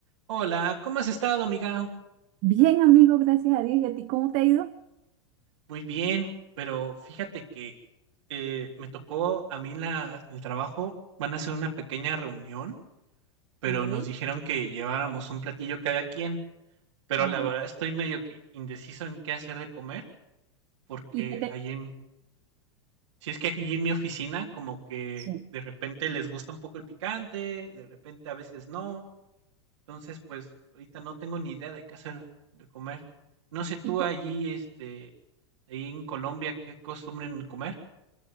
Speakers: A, on the right (about 80°); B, on the right (about 50°).
A: Hola, ¿cómo has estado, amiga?
B: Bien, amigo, gracias a Dios. ¿Y a ti cómo te ha ido?
A: Muy bien, pero fíjate que eh, me tocó a mí en la, en el trabajo, van a hacer una pequeña reunión, pero
B: Sí,
A: nos dijeron que lleváramos un platillo cada quien, pero
B: Ay,
A: la verdad estoy medio que indeciso en qué hacer de comer, porque
B: ¿y qué te...
A: ahí en, si es que aquí en mi oficina como que
B: Sí.
A: de repente les gusta un poco el picante, de repente a veces no, Entonces, pues, ahorita no tengo ni idea de qué hacer de comer. No sé tú
B: Y po-
A: allí, este, ahí en Colombia, ¿qué costumbren comer?